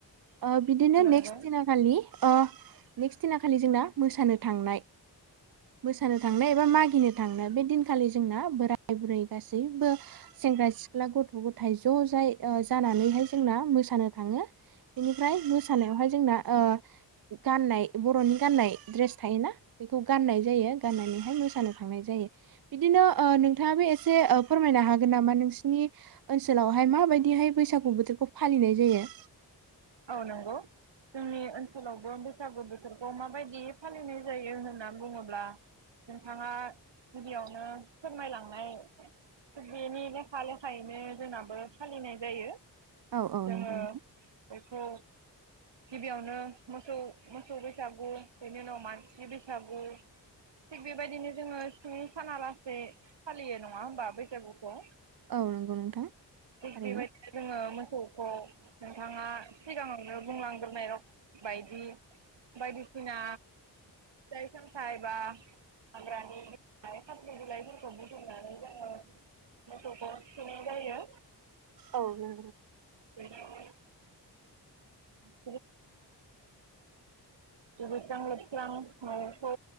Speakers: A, on the right (about 55°); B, on the right (about 85°).
A: ओ- बिदिनो
B: नंगौ
A: नेक्स्ट दिनाखालि ओ- नेक्स्ट दिना खालि जोंना मोसानो थांनाय मोसानो थांनो एबा मागिनो थांनो बे दिनखालि जोंना बोराय बुरै गासैबो सेंग्रा सिख्ला गथ' गथाय ज' जाय ओ- जानानैहाय जोंना मोसानो थाङो बेनिफ्राय मोसानायावहाय जोंना ओ- गाननाय बर'नि गाननाय दड्रेस थायोना बेखौ गाननाय जायो गाननानैहाय मोसानो थांनाय जायो बिदिनो ओ- नोंथाङाबो एसे ओ- फो फोरमायनो हागोन नामा नोंसिोरनि ओनसोलावहाय माबायदिहाय बैसागु बोथोरखौ फालिनाय जायो
B: औ नंगौ जोंनि ओनसोलावबो बैसागु बोथोरखौ माबायदि फालिनाय जायो होनना बुङोब्ला नोंथाङा गिबियावनो फोरमायलांनाय बेनि लेखा लेखायैनो जोंनाबो सालिनाय जायो।
A: औ औ
B: जोङो
A: नंगौ नोंथां
B: बेखौ गिबियावनो मोसौ मोसौ बैसागु बिनि उनाव मानसिनि बैसागु थिग बेबायदिनो जोङो सिङ साना लासे फालियो नङा हबा बैसागुखौ
A: औ नंगौ नोंथां
B: थिग
A: थारैनो
B: बेबायदिनो जोङो मोसौखौ बिथाङा सिगाङावनो बुंलांग्रोनाय बायदि बायदिसिना जायखोमखाायबा हाग्रानि बिला खाख्रि बिलाइफोरखौ बुथुमनानै जोङो मथ' ब थ जायोयो
A: औ मा
B: <unintelligible> <unintelligible> दुगैस्रां लोबस्रां न'खौ